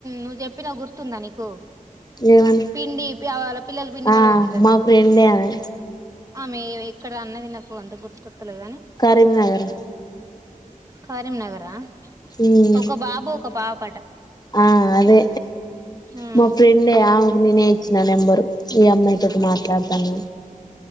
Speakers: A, on the right; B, on the left.
A: నుజప్ ప్పినవ గుర్తుందా నీకు
B: ఏమని
A: పిండి పవాళ పిల్లలు పిండి
B: ఆ
A: పడవసినే
B: మా ఫ్రెండే ఆమె
A: ఆమె ఎక్కడ అన్నది నాకు అంత గుర్తు లేదానే
B: రరీంనగర్
A: కరీం నగరా ఆ
B: ఉమ్
A: ఒక బాబు ఒక పాప
B: ఆ అదే
A: ఉమ్
B: మా ఫ్రెండే ఆమెకు నేనే ఇచ్చిన నెంబరు ఈ అమ్మాయి తోటి మాట్లాడుత తన్